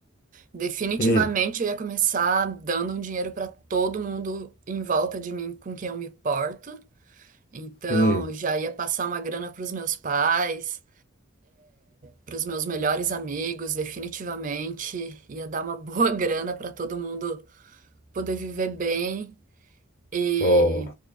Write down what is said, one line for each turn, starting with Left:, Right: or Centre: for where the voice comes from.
Right: definitivamente
Left: hum,
Right: eu ia começar dando um dinheiro para todo mundo em volta de mim com quem eu me porto. Então,
Left: hum,
Right: já ia passar uma grana para os meus pais. para os meus melhores amigos, definitivamente. Ia dar uma boa <laughs> grana para todo mundo poder viver bem. E
Left: ó.